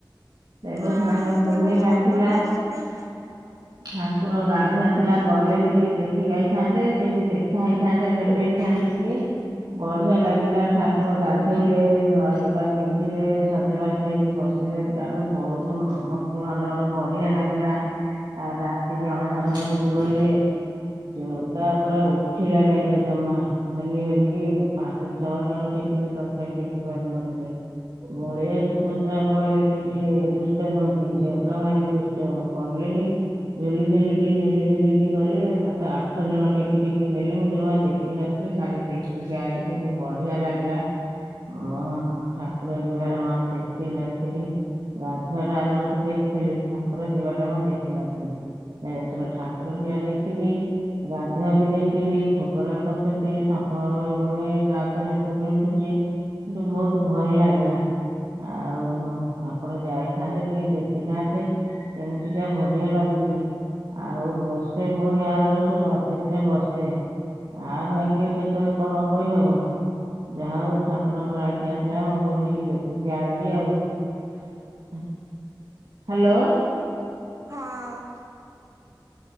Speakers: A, on the right; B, on the right.
A: ଦେବସ୍ନାନ
B: ନା ମୁଁ
A: ପୂର୍ଣ୍ଣିମା
B: କହିଲି ଜଗନ୍ନାଥ
A: ଥିଲା।
B: ହଁ
A: ଠାକୁର ଗାଧୁଆ ଥିଲା ଗଲେନି ଟିକେ ଦେଖିକି ଆଇଥାନ୍ତେ ସେଇଟି ଦେଖା ହେଇଥାନ୍ତେ ଭେଟ ହେଇଥାନ୍ତେ। ସେଠିକି ବଲ ବଢିଆ ଲାଗିଲା ଠାକୁର ଗାଧେଇଲେ, ନୂଆ ଲୁଗା ପିନ୍ଧିଲେ, ସଜବାଜ ହେଇକି ବସିଲେ ଆରେ ବହୁତ ମୁକ୍ତୀ ମଣ୍ଡପ ବଢିଆ ଲାଗିଲା। ଆଉ ରାତି କି ଅଣସର ଘରକୁ ଗଲେ। ଜଗା ପୁରା ଉଠିଲା ନାଇଁ ତ ଜମା ହଲିହିଲି କି ପାଞ୍ଚ ଛଅ ଜଣ ଟେକିଲେ ତଥାପି ଟେକି ପାରୁନଥିଲେ । ବଳିଆ ସୁଭଦ୍ରା କହିଲେ କିଛି ଦୁଷ୍ଟ ନୁହନ୍ତି ଜଗା ଭାରି ଦୁଷ୍ଟ କଲେ ଲେଣି। ଝୁଲିଝୁଲିକି ଝୁଲିଝୁଲିକି ଗଲେ ସାତ ଆଠ ଜଣ ଟେକି ଟେକି ନେଲେ ମୁଁ ଜମା ଦେଖିନ ଥିଲି କାଲି ଦେଖିକି ଆାଇଲି କିନ୍ତୁ ବଢିଆ ଲାଗିଲା। ହୁଁ ଠାକୁର ଯିବାର ମାମ୍ ଦେଖନଥିଲି। ଗାଧୁଆଟା ଆରବର୍ଷ ଦେଖିଥିଲି ଠାକୁର ଯିବା ଟା ମୁଁ ଦେଖିନଥିଲି । ଏଥର ଠାକୁର ଯିବା ଦେଖିଲି। ଗାଧୁଆ ବି ଦେଖିଲି ଭୋଗରାଗ କରିଛନ୍ତି ଶଙ୍ଖ ହୁଳହୁଳି ନାଦରେ ପୁରିଉଠୁଛି କିନ୍ତୁ ବହୁତ ଭଲ ଲାଗିଲା । ଆଉ ଆପଣ ଯାଇଥାନ୍ତେ ଟିକେ ଦେଖିଥାନ୍ତେ ଏମିତିକା ବଢିଆ ଲାଗୁ ଆଉ ବର୍ଷେ ପୁଣି ଆର ବର୍ଷ ବଞ୍ଚିଥିଲେ ବର୍ଷେ । ଆଉ ଭାଗ୍ୟ କେତଳେ କଣ କହିହବ? ଯାହା ହଉ ଠାକୁରଙ୍କର ଆଜ୍ଞା ଥିଲା ମୁଁ ବୁଲିକି ଦେଖିକି ଆଇଲିଆଉ । ହାଲୋ।
B: ହଁ।